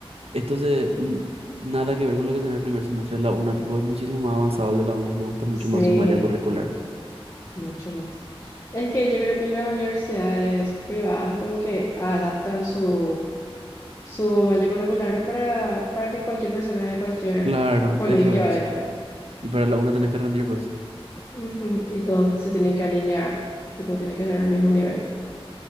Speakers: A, on the right; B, on the left.
A: esto se mm, nada que ver con lo que sea en el primer semestre de la UNA, tipo es muchísimo más avanzado el de la UNA y me gusta mucho
B: Sí,
A: más su malla curricular.
B: mucho más. Es que yo creo que las universidades privadas como que adaptan su, su malla curricular para, para que cualquier persona de cualquier
A: Claro,
B: colegio
A: eso es.
B: entre.
A: Y para la UNA tenés que rendir, pues.
B: Ujú, Y todos se tienen que alinear, tipo, tienen que tener el mismo nivel.